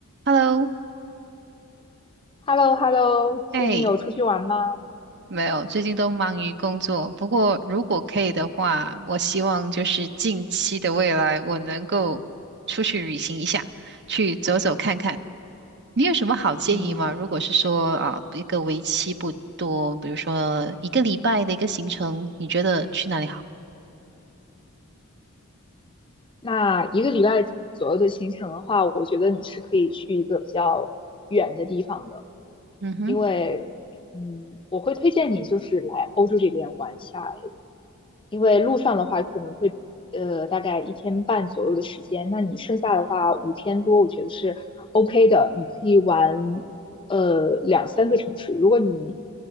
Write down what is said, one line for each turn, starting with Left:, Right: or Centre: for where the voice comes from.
Right: Hello，
Left: h e l l o h e l l o 最近有出去玩吗？
Right: 哎，没有，最近都忙于工作。不过，如果可以的话，我希望就是近期的未来，我能够出去旅行一下，去走走看看。你有什么好建议吗？
Left: 嗯，
Right: 如果是说啊，一个为期不多，比如说一个礼拜的一个行程，你觉得去哪里好？
Left: 那一个礼拜左右的行程的话，我觉得你是可以去一个比较远的地方的，
Right: 嗯哼，
Left: 因为，嗯，我会推荐你就是来欧洲这边玩一下，因为路上的话可能会呃大概一天半左右的时间，那你剩下的话五天多，我觉得是 OK 的，你可以玩呃两三个城市。如果你